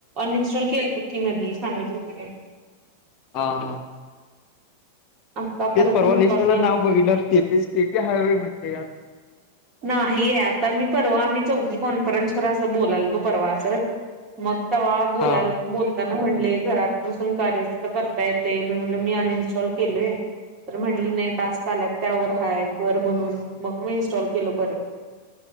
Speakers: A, on the right; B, on the left.
A: अनइनस्टॉल केल तु की मधी सांगित किनाई.
B: हा हा
A: आता
B: तेच
A: परत
B: परवा
A: इन्स्टॉल
B: लिस्टला
A: केलतो
B: नाव बघितणार सेटी हायवे म्हण यात
A: नाहीये आता मी परवा आम्ही चौथी कॉन्फरन्सवर असं बोलाल तो परवा असंच. मग त्हा बोला
B: हा
A: बोल त्याना म्हणले घरात बसून कार्य तर करता येते मी म्हण मी अनइन्स्टॉल केलेय. तर म्हटली नाही टास्क आल्यात त्यावर हाय कर म्हणून मग मी इनस्टॉल केलो परत.